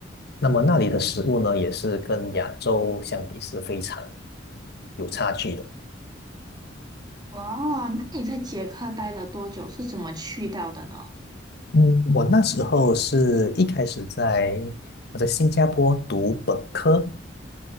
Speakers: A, on the left (about 55°); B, on the right (about 20°).
A: 那么那里的食物呢，也是跟亚洲相比是非常有差距的。
B: 哇，那你在捷克待了多久？是怎么去到的呢？
A: 嗯，我那时候是一开始在我在新加坡读本科，